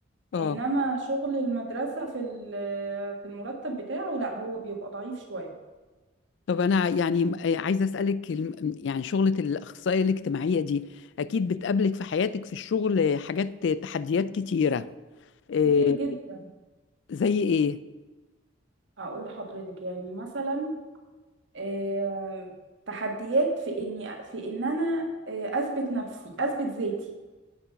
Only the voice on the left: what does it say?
اه
طب أنا يعني عايزة أسألك الم- يعني شغلة الأخصائية الاجتماعية دي أكيد بتقابلك في حياتك في الشغل حاجات تحديات كتيرة إيه
زي إيه؟